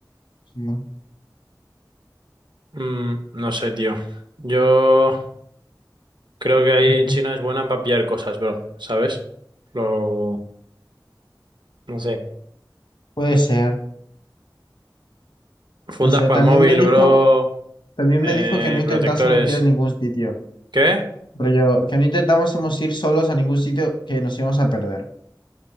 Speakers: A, on the left; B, on the right.
A: sí.
B: Mm, no sé, tío. Yo creo que ahí
A: Ujú.
B: en China es buena para pillar cosas, bro, ¿sabes? Lo... No sé.
A: Puede ser.
B: Fundas
A: No sé,
B: para
A: también
B: el móvil,
A: me dijo,
B: bro.
A: también
B: Eh,
A: me dijo que no intentásemos
B: protectores.
A: ir a ningún sitio.
B: ¿Qué?
A: Rollo, que no intentásemos ir solos a ningún sitio que nos íbamos a perder.